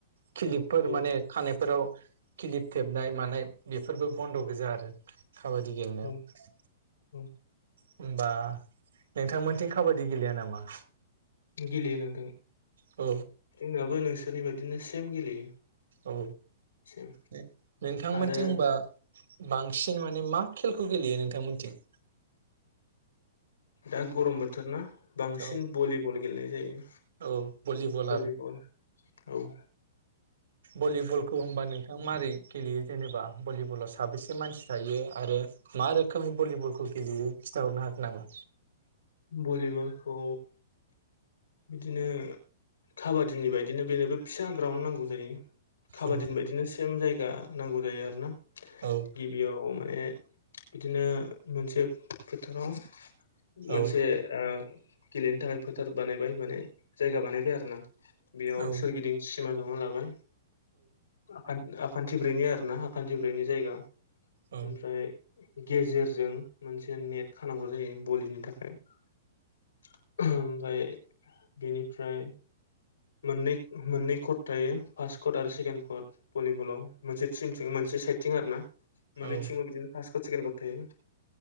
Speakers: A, on the right; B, on the left.
A: खिलिपफोर
B: औ
A: माने खानायफोराव खिलिप थेबनाय मानाय बेफोरबो बन्द' गोजा आरो। खाबादि गेलेनायाव
B: औ औ
A: होमबा नोंथांमोनथिं काबा दि गेलेया नामा?
B: गेलेयो नोंथां
A: औ
B: जोंनाबो नोंसोरनि बादिनो सेम गेलेयो।
A: औ
B: सेम
A: ने नोंथांमोनथि
B: आरो
A: होमबा बांसिन माने मा खेलखौ गेलेयो नोंथांमोनथिं?
B: दा गरम बोथोर ना? बांसिन
A: औ
B: बलिबल गेलेनाय जायो
A: औ भलिबल
B: बलिबल औ।
A: बलिबलखौ होनबा नोंथां मारै गेलेयो जेनेबा बलिबलाव साबेसे मानसि थायो आरो मा रोखोमै बलिबलखौ गेलेयो? खिथा हरनो हागोन नामा?
B: बलिबलखौ बिदिनो काबादिनि बायदिनो बेनोबो फिसा ग्राउन्ड नांगौ जायो। खाबादिनि
A: औ
B: बायदिनो सेम जायगा नांगौ जायो आरोना
A: औ
B: गिबियाव माने बिदिनो मोनसे फोथाराव
A: औ
B: मोनसे ओ गेलेनो थाखाय फोथार बानायबाय माने जायगा बानायबाय आरोना। बेयाव
A: औ
B: सोरगिदिं सिमा जावना लाबाय <unintelligible> आाखान्थिब्रैनि आरोना हाखान्थिब्रैनि जायगा
A: औ उम औ
B: ओमफ्राय गेजेरजों मोनसे नेट खानांगौ जायो बलि <unintelligible> ओमफ्राय बेनिफ्राय मोननै-मोननै कट थायो फार्स्ट कट आरो सेकेण्ड कट बलिबलाव मोनसे टिमथिं मोनसे साइडथिं आरोना मोननै
A: औ
B: टिमाव बिदिनो फार्स्ट कट सेकेन्ड कट थायो